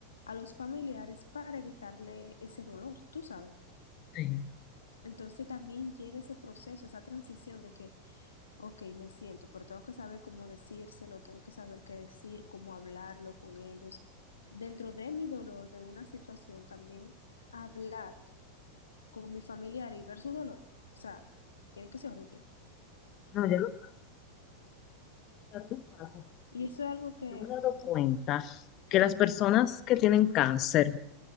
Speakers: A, on the left; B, on the left.
A: a los familiares para evitarle ese dolor, tú sabes.
B: sí.
A: Entonces también llega ese proceso, esa transición de que, ok, me siento, pero tengo que saber cómo decírselo, tengo que saber qué decir, cómo hablarlo con ellos. Dentro de mi dolor, de una situación, también hablar con mis familiares y ver su dolor, o sea, tiene que ser horrible.
B: No, ya lo pasa, tú pasa, porque
A: Y eso es algo que
B: yo me he dado cuenta que las personas que tienen cáncer,